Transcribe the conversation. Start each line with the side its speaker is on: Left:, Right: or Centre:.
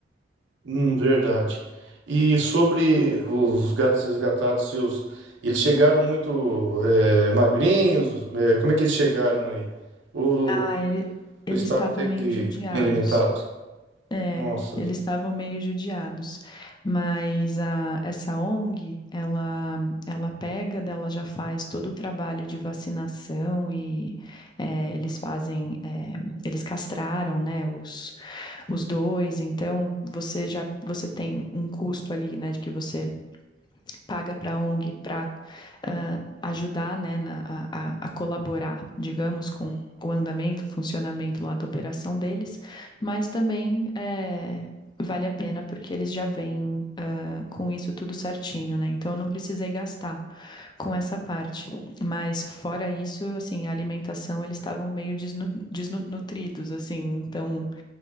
Right: Hum, verdade. E sobre os gatos resgatados seus, eles chegaram muito é, magrinhos? É, como é que eles chegaram aí? Ou, ou
Left: Ah, ele, eles
Right: eles estavam
Left: estavam
Right: até
Left: meio
Right: que
Left: judiados.
Right: bem alimentados?
Left: É,
Right: Nossa,
Left: eles estavam meio judiados. Mas a, essa ONG, ela, ela pega, dela já faz todo o trabalho de vacinação e é, eles fazem, é, eles castraram, né, os, os dois. Então, você já, você tem um custo ali, né, de que você paga para a ONG para uh, ajudar né, na, a, a colaborar, digamos, com o andamento, o funcionamento lá da operação deles, mas também é, vale a pena porque eles já vêm uh, com isso tudo certinho, né? Então eu não precisei gastar com essa parte. Mas fora isso, assim, a alimentação eles estavam meio desnu desnutridos, assim, então